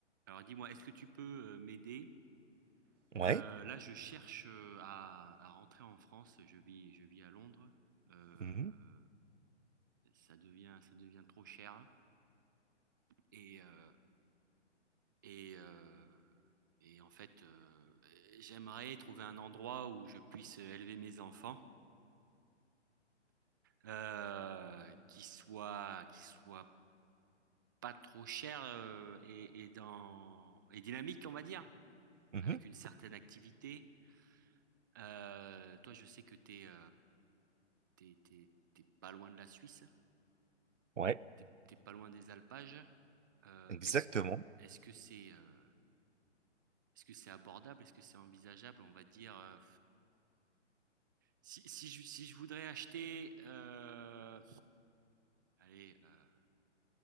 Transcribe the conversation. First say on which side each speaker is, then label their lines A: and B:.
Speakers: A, on the right; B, on the right.
A: Alors dis-moi, est-ce que tu peux euh, m'aider?
B: Ouais.
A: Euh, là, je cherche euh, à, à rentrer en France. Je vis, je vis à Londres. Euh,
B: Mhm,
A: ça devient, ça devient trop cher. Et, euh, et, euh, et en fait, euh, j'aimerais trouver un endroit où je puisse élever mes enfants, euh, qui soit, qui soit pas trop cher euh, et, et dans et dynamique, on va dire,
B: mhm.
A: avec une certaine activité. Euh, toi, je sais que t'es, es t'es, t'es- t'es pas loin de la Suisse,
B: Ouais,
A: t'es, t'es pas loin des alpages. Euh,
B: exactement.
A: est-ce, est-ce que c'est euh, est-ce que c'est abordable? Est-ce que c'est envisageable? On va dire, euh, si, si je, si je voudrais acheter, euh, allez, euh,